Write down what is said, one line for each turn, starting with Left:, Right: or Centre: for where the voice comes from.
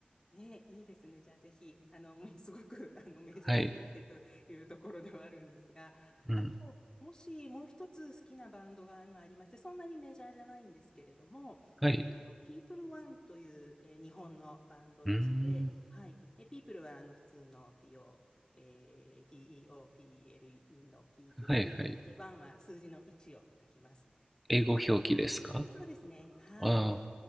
Left: ね、いいですね。じゃあぜひ、あの、もうすごく、あの、メジャーすぎてというところではあるんですが、
Centre: はい。うん。
Left: あと、もしもう一つ好きなバンドが今ありまして、そんなにメジャーじゃないんですけれども、
Centre: はい。
Left: えっと、People One という、えー日本のバンドでして、
Centre: うーん。
Left: はい。え、People は、あの、普通の PO、えー PEOPLE の People
Centre: はいはい。
Left: に、え、1は数字の1を書きます。
Centre: 英語表記ですか
Left: そうですね。はい。
Centre: ああ、